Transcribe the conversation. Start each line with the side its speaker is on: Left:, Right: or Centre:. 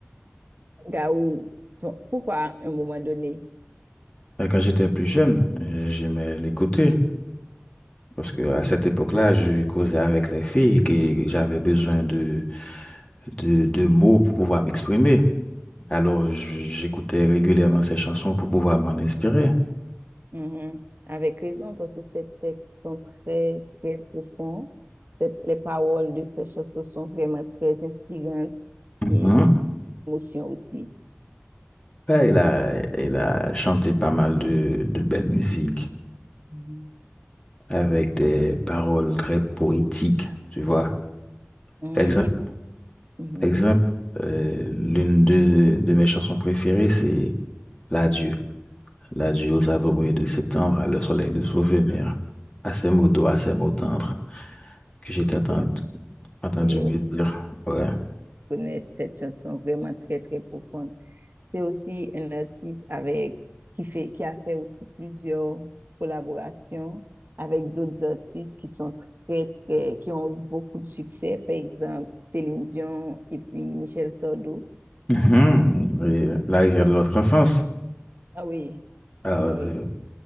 Right: Gaou, ton- pourquoi à un moment donné?
Left: Euh, Quand j'étais plus jeune, euh, j'aimais l'écouter parce que à cette époque-là, je causais avec les filles et j'avais besoin de, de, de mots pour pouvoir m'exprimer. Alors, j- j'écoutais régulièrement ces chansons pour pouvoir m'en inspirer.
Right: Mhm. Avec raison, parce que ces textes sont très, très profonds. Les les paroles de ces chansons sont vraiment très inspirantes
Left: Mhm.
Right: et beaucoup d'émotions aussi.
Left: Ouais, il a, il a chanté pas mal de, de belles musiques.
Right: Mhm.
Left: avec des paroles très poétiques, tu vois.
Right: Mhm.
Left: Par exemple,
Right: Et mhm.
Left: par exemple euh, l'une de, de mes chansons préférées, c'est L'adieu. L'adieu aux abrouilles de septembre, à le soleil de souvenir, à ces mots doux, à ces mots tendres que j'ai
Right: C'était
Left: entendu,
Right: un
Left: entendu
Right: plaisir.
Left: me dire. Ouais.
Right: connaissent cette chanson vraiment très, très profonde. C'est aussi un artiste avec, qui fait, qui a fait aussi plusieurs collaborations avec d'autres artistes qui sont très, très, qui ont eu beaucoup de succès. Par exemple, Céline Dion et puis Michel Sardou.
Left: Mhm. Et la rivière de notre enfance.
Right: Ah oui,
Left: Alors,
Right: ah oui.
Left: euh,